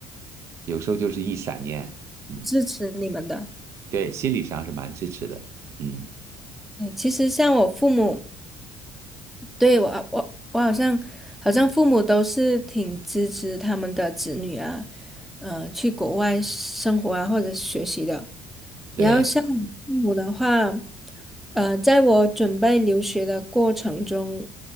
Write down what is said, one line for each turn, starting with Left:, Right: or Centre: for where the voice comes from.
Right: 有时候就是一闪念，嗯，
Centre: 支持你们的。
Right: 对，心理上是蛮支持的，嗯，
Centre: 对，其实像我父母，对，我啊我我好像好像父母都是挺支持他们的子女啊，嗯，去国外生活啊或者学习的。
Right: 对
Centre: 然后像我父母的话，呃，在我准备留学的过程中，